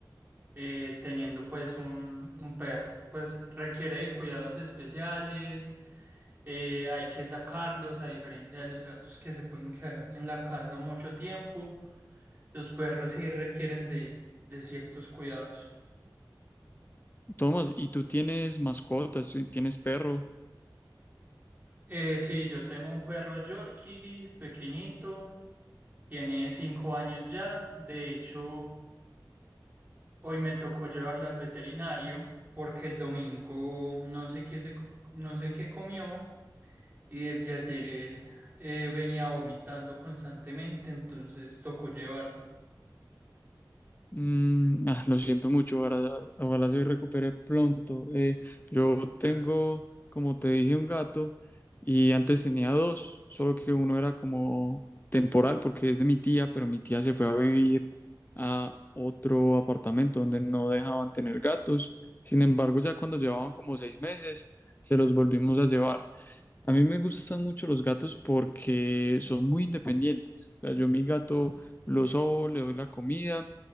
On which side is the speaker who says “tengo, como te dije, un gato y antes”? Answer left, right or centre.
Left